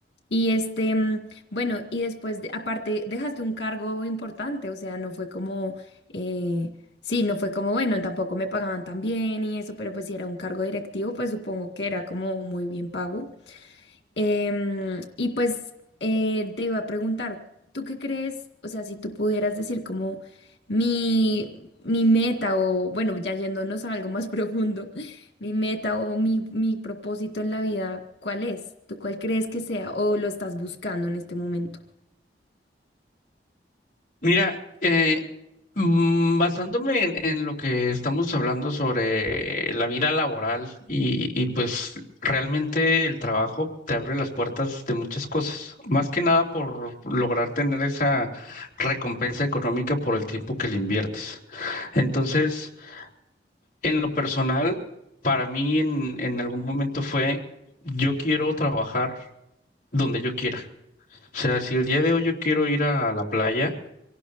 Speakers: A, on the left; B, on the left.
A: Y este, mm, bueno, y después, de- aparte, dejaste un cargo importante, o sea, no fue como, eh, sí, no fue como, bueno, tampoco me pagaban tan bien y eso, pero pues si era un cargo directivo, pues supongo que era como muy bien pago. Em, y pues eh, te iba a preguntar, ¿tú qué crees? O sea, si tú pudieras decir como mi, mi meta o, bueno, ya yéndonos a algo más <laughs> profundo, mi meta o mi, mi propósito en la vida, ¿cuál es? ¿Tú cuál crees que sea o lo estás buscando en este momento?
B: Mira, eh, Mm, Basándome en, en lo que estamos hablando sobre la vida laboral y, y pues realmente el trabajo te abre las puertas de muchas cosas, más que nada por lograr tener esa recompensa económica por el tiempo que le inviertes. Entonces, en lo personal, para mí en, en algún momento fue, yo quiero trabajar donde yo quiera. O sea, si el día de hoy yo quiero ir a la playa,